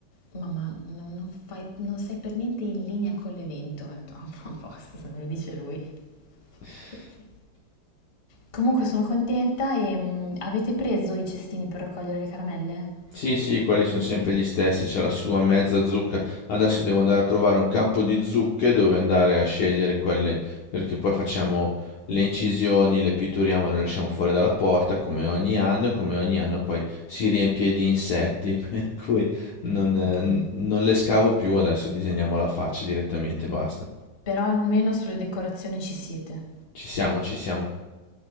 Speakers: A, on the left; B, on the left.
A: mamma, non, non fai- non sei per niente in linea con l'evento. Ho detto, "Ah, a posto, se me lo dice lui. <laughs>
B: <laughs>
A: Così. Comunque sono contenta e mh, avete preso i cestini per raccogliere le caramelle?
B: Sì, sì, quelli sono sempre gli stessi, c'è la sua mezza zucca. Adesso devo andare a trovare un campo di zucche dove andare a scegliere quelle, perché poi facciamo le incisioni, le pitturiamo, e le lasciamo fuori dalla porta come ogni anno e come ogni anno poi si riempie di insetti, <laughs> per cui non,
A: Ok.
B: eh, non le scavo più, adesso disegniamo la faccia direttamente, basta.
A: Però almeno sulle decorazioni ci siete.
B: Ci siamo, ci siamo.